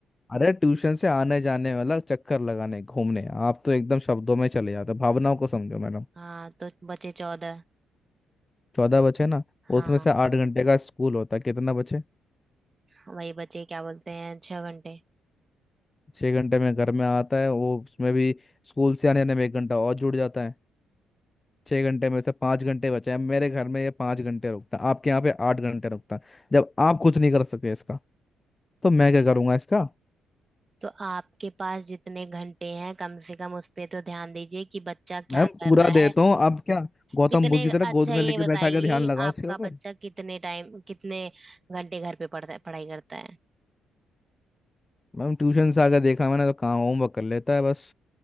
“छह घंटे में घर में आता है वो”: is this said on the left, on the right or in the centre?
Left